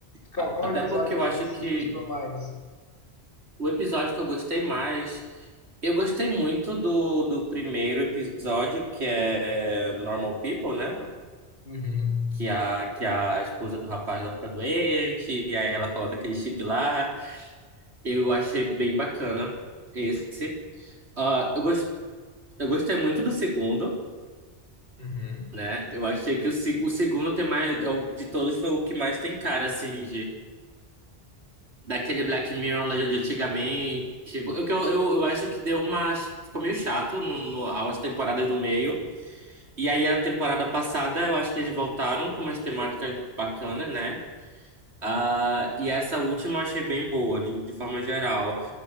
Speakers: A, on the left; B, on the right.
A: Qual,
B: A-
A: qual
B: Até
A: episódio
B: porque eu
A: que
B: acho
A: você
B: que
A: gostou mais?
B: O episódio que eu gostei mais. Eu gostei muito do, do primeiro episódio, que é Normal People, né?
A: Uhum.
B: Que a, que a esposa do rapaz ela fica doente, e aí ela coloca aquele chip lá. Eu achei bem bacana esse. Ah, eu, gos- eu gostei muito do segundo,
A: Uhum.
B: né? Eu achei que o, se- o segundo tem mais. é o- De todos foi o que mais tem cara, assim, daquele Black Mirror lá de antigamente. Eu, que eu, eu eu acho que deu uma. Ficou meio chato no, no, as temporadas do meio. E aí a temporada passada eu acho que eles voltaram com umas temáticas bacanas, né? ah e essa última eu achei bem boa, de, de forma geral.